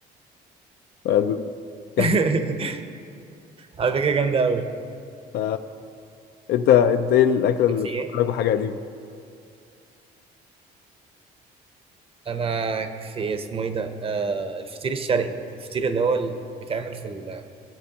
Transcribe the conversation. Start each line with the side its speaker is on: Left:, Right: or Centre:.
Left: ف- كان
Right: <laughs>
Left: في...
Right: على فكره جامده قوي
Left: ف... انت انت ايه الاكلة اللي
Right: كان في
Left: بتفكرك
Right: ايه
Left: بحاجة قديمة
Right: انا في اسمه ايه ده آه الفطير الشرقي الفطير اللي هو اللي بيتعمل في ال-